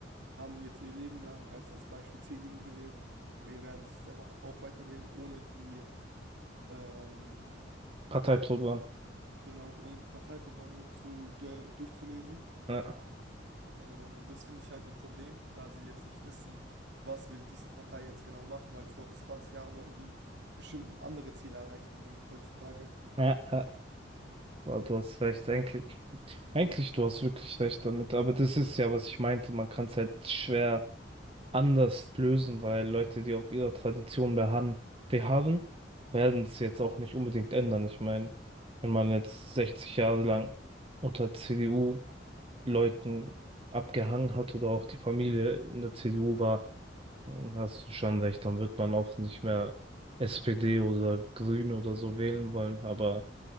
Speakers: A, on the right; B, on the right.
A: haben jetzt ihr Leben lang als, als Beispiel CDU gewählt. Wir werden sich jetzt einfach auch weiter wählen, ohne die, ähm,
B: Parteiprogramm.
A: genau, ohne die Parteiprogramme zu, äh, durchzulesen.
B: Ja,
A: Ähm, das finde ich halt ein Problem, da sie jetzt nicht wissen, was will diese Partei jetzt genau machen, weil vor 20 Jahren wollten die bestimmt andere Ziele erreichen wie heutzutage.
B: ja, ja. Aber Du hast recht, eigentlich. Eigentlich, du hast wirklich recht damit, aber das ist ja, was ich meinte, man kann es halt schwer. anders lösen, weil Leute, die auf ihrer Tradition beharren, beharren, werden es jetzt auch nicht unbedingt ändern. Ich meine, wenn man jetzt 60 Jahre lang unter CDU-Leuten abgehangen hat oder auch die Familie in der CDU war, dann hast du schon recht, dann wird man auch nicht mehr SPD oder Grün oder so wählen wollen. Aber